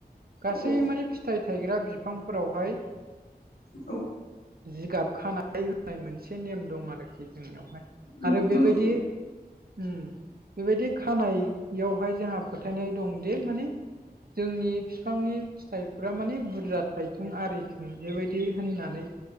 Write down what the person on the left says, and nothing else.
औ
औ
नंगौ
नंगौ